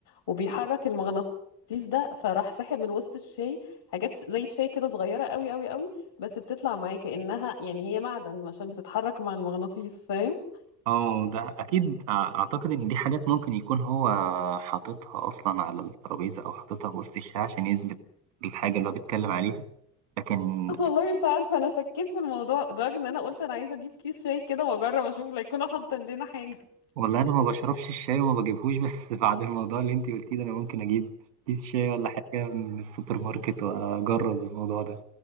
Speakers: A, on the left; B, on the right.
A: وبيحرك المغناطيس ده فراح ساحب من وسط الشاي حاجات زي الشاي كده صغيرة قوي قوي قوي بس بتطلع معاه كأنها يعني هي معدن عشان بتتحرك مع المغناطيس فاهم
B: اه ده اكيد أع- اعتقد ان دي حاجات ممكن يكون هو حاططها اصلا على الترابيزه او حاططها في وسط الشاي عشان يثبت الحاجه اللي هو بيتكلم عليها لكن
A: <laughs> والله مش عارفة أنا شكيت في الموضوع لدرجة إن أنا قلت أنا عايزة أجيب كيس شاي كده وأجرب أشوف لا يكونوا حاطين لنا حاجة
B: والله انا ما بشربش الشاي وما بجيبهوش بس <laughs> بعد الموضوع اللي انت قلتيه ده انا ممكن اجيب كيس شاي ولا حاجه من السوبر ماركت واجرب الموضوع ده